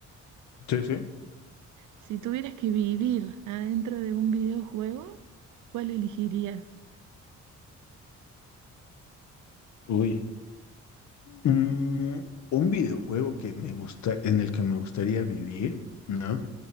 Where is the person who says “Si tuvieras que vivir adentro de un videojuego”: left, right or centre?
Right